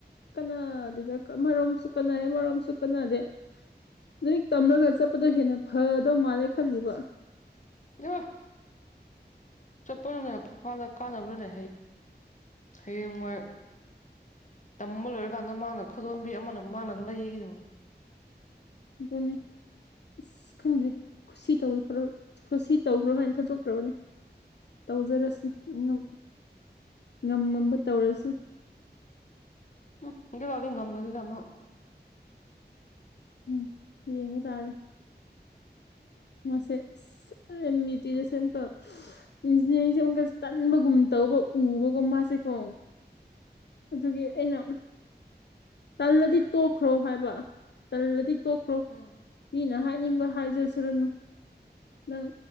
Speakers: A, on the left (about 75°); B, on the left (about 45°).
A: ꯀꯅꯥꯗꯨꯗ ꯃꯔꯣꯝꯁꯨ ꯀꯅꯔ ꯃꯔꯣꯝꯁꯨ ꯀꯥꯟꯅꯗ
B: <inaudible>
A: ꯂꯃꯤ ꯇꯝꯂꯒ ꯆꯠꯄꯗꯣ ꯍꯦꯟꯅ ꯐꯗꯧ ꯃꯥꯜꯂꯦ ꯈꯜꯂꯤꯕ
B: <unintelligible> ꯆꯠꯄꯗꯨꯅ ꯐꯪꯐꯜꯗ ꯀꯥꯟꯅꯕꯅꯤꯅꯦ ꯍꯌꯦꯡ ꯋꯥꯏ ꯇꯝꯕ ꯂꯣꯏꯔꯀꯥꯟꯗ ꯃꯥꯅ ꯈꯨꯗꯣꯝꯕꯤ ꯑꯃꯅ ꯃꯥꯅ ꯂꯩꯒꯗ
A: ꯑꯗꯨꯅꯤ ꯑꯁ ꯈꯪꯗ꯭ꯔꯦ ꯈꯨꯁꯤ ꯇꯧꯋꯤ ꯐꯔꯨꯞ ꯈꯨꯁꯤ ꯇꯧꯈ꯭ꯔꯣ ꯍꯥꯏꯅ ꯊꯥꯗꯣꯛꯈ꯭ꯔꯕꯅꯦ ꯇꯧꯖꯔꯁꯅꯨ ꯅꯨ ꯉꯝ ꯉꯝꯕ ꯇꯧꯔꯁꯅꯨ
B: ꯍꯝ ꯍꯦꯡꯒꯩꯕꯥꯎꯗꯤ ꯉꯝꯒꯅꯤꯗ ꯑꯃꯨꯛ
A: ꯎꯝ ꯌꯦꯡꯕ ꯇꯥꯔꯦ ꯃꯥꯁꯦ ꯑꯦꯝ ꯏ ꯇꯤꯁꯦ ꯑꯃꯨꯛꯀ ꯏꯟꯖꯤꯅꯤꯌꯥꯔꯤꯡꯁꯦ ꯑꯃꯨꯛꯀ ꯇꯟꯕꯒꯨꯝ ꯇꯧ ꯇꯧ ꯎꯕꯀꯣ ꯃꯥꯁꯦ ꯀꯣ
B: <inaudible>
A: ꯑꯗꯨꯒꯤ ꯑꯩꯅ ꯇꯜꯂꯗꯤ ꯇꯣꯛꯈ꯭ꯔꯣ ꯍꯥꯏꯕ ꯇꯜꯂꯗꯤ ꯇꯣꯛꯈ꯭ꯔꯣ
B: ꯎꯝ
A: ꯃꯤꯅ ꯍꯥꯏꯅꯤꯡꯕ ꯍꯥꯏꯖꯁꯨꯔꯨꯅꯨ
B: <inaudible>
A: ꯅꯪ